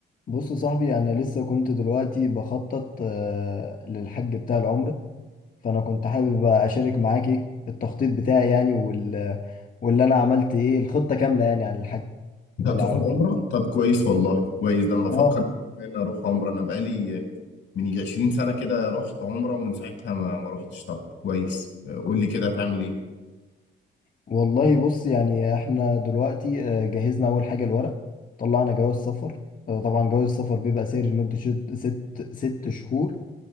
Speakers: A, on the left (about 40°); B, on the left (about 70°).
A: بص يا صاحبي انا لسه كنت دلوقتي بخطط آه، للحج بتاع العمرة فانا كنت حابب بقى اشارك معاك ايه التخطيط بتاعي يعني وال واللي انا عملت ايه الخطة كاملة يعني عن الحج بالعربي
B: هتروح العمرة طب كويس والله كويس ده انا بفكر
A: اه
B: ان انا اروح عمرة انا بقالي من يجي 20 سنة كده رحت عمرة ومن ساعتها ما ما رحتش طب كويس قول لي كده هتعمل ايه
A: والله بص يعني احنا دلوقتي آه، جهزنا اول حاجة الورق طلعنا جواز سفر آه، طبعا جواز السفر بيبقى ساري لمدة شت- ست ست شهور